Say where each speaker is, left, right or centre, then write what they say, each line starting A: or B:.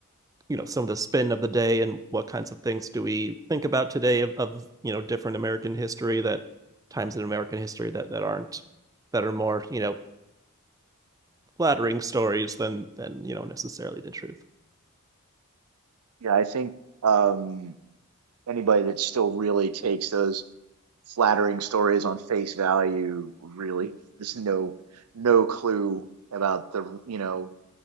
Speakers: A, on the right; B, on the right.
A: you know some of the spin of the day and what kinds of things do we think about today of, of you know different american history that times in american history that that aren't that are more you know flattering stories than than you know necessarily the truth
B: Yeah, I think um, anybody that still really takes those flattering stories on face value really there's no no clue about the you know